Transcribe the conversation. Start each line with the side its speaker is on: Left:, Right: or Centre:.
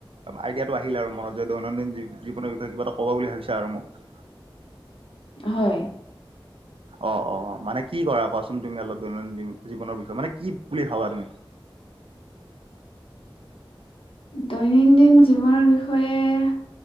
Right: আইডিয়াটো আহিল আৰু মনত যে দৈনন্দিন জীৱনৰ বিষয়ে কিবা এটা ক'বা বুলি ভাবিছা আৰু মোক।
Left: হয়।
Right: অ', অ, মানে কি কৰা কোৱাচোন? তুমি অলপ দৈনন্দিন জীৱনৰ বিষয়ে মানে কি বুলি ভাবা তুমি?
Left: <unintelligible> দৈনন্দিন জীৱনৰ বিষয়ে